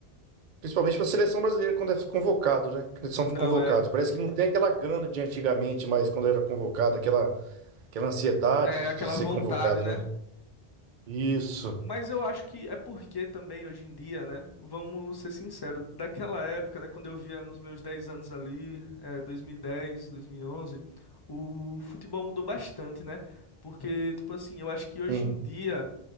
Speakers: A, on the right; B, on the left.
A: principalmente para a seleção brasileira quando é convocado, né? Quando eles são
B: Não
A: convocados.
B: é.
A: Parece que não tem aquela grana de antigamente, mas quando era convocado, aquela, aquela ansiedade
B: É
A: de,
B: aquela
A: de ser
B: vontade,
A: convocado,
B: né?
A: né? Isso,
B: Mas eu acho que é porque também hoje em dia, né? Vamos ser sinceros, daquela época, né? Quando eu via nos meus 10 anos ali, é, 2010, 2011, o futebol mudou bastante, né? Porque, tipo assim, eu acho que hoje
A: sim,
B: em dia.